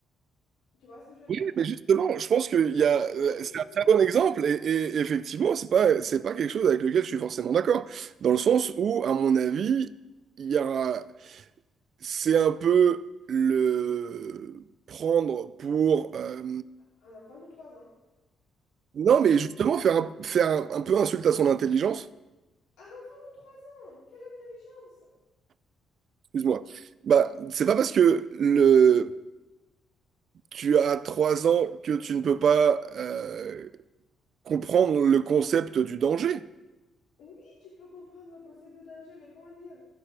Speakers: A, on the left; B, on the right.
A: Tu vois ce que je veux dire?
B: Oui, mais justement, je pense qu'il y a,
A: Les justifier.
B: c'est un très bon exemple et, et effectivement, c'est pas, c'est pas quelque chose avec lequel je suis forcément d'accord. Dans le sens où, à mon avis, il y a, c'est un peu le prendre pour, euh,
A: Un enfant de 3 ans.
B: non, mais justement faire un, faire un, un peu insulte à son intelligence.
A: Un enfant de 3 ans! Quelle intelligence!
B: Excuse-moi. Bah, c'est pas parce que le, tu as trois ans que tu ne peux pas euh, comprendre le concept du danger.
A: Oui, tu peux comprendre le concept de danger, mais comment dire?